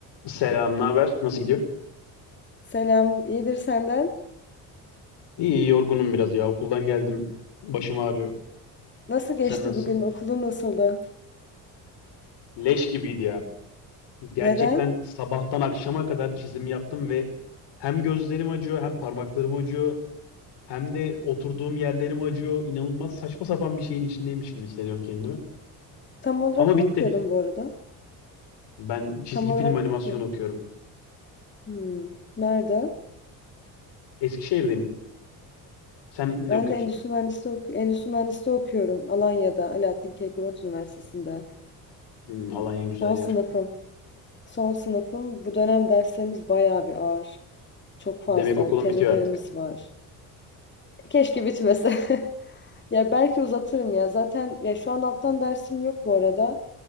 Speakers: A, on the left (about 70°); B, on the left (about 25°).
A: Selam, ne haber? Nasıl gidiyor?
B: Selam, iyidir senden.
A: İyi, yorgunum biraz ya. Okuldan geldim. Başım ağrıyor.
B: Nasıl geçti
A: Sen nasılsın?
B: bugün? Okulda nasıldı?
A: Leş gibiydi ya. Gerçekten
B: Neden?
A: sabahtan akşama kadar çizim yaptım ve hem gözlerim acıyor, hem parmaklarım acıyor, hem de oturduğum yerlerim acıyor. İnanılmaz saçma sapan bir şeyin içindeymiş gibi hissediyorum kendimi.
B: Tam olarak
A: Ama
B: ne
A: bitti.
B: okuyordun bu arada?
A: Ben çizgi
B: Tam olarak
A: film animasyon
B: ne okuyordun?
A: okuyorum.
B: Hmm, Nerede?
A: Eskişehir'deyim. Sen ne
B: Ben
A: okuyorsun?
B: de endüstri mühendisliği, oku- endüstri mühendisliği okuyorum. Alanya'da, Alaaddin Keykubat Üniversitesi'nde.
A: Hmm, Alanya güzel
B: Son sınıfım.
A: yer.
B: Son sınıfım. Bu dönem derslerimiz bayağı bir ağır. Çok fazla.
A: Demek okulun
B: Tez
A: bitiyor
B: ödevimiz
A: artık.
B: var. Keşke bitmese. <laughs> Ya belki uzatırım ya. Zaten ya şu an alttan dersim yok bu arada.